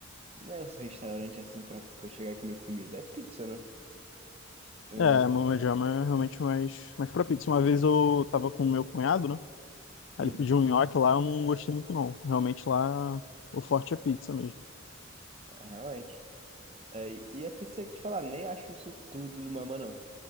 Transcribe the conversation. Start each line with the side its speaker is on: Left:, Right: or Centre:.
Right: não é um restaurante assim pra, pô, chegar e comer comida. É pizza, né? É,
Left: É, Mama Jama é realmente mais, mais propício. Uma vez eu tava com o meu cunhado, né? Aí
Right: uhum.
Left: ele pediu um nhoque lá, eu não gostei muito, não. Realmente lá, o forte é pizza mesmo.
Right: É, realmente. É, e a pizza que te falar, nem acho isso tudo do Mama, não.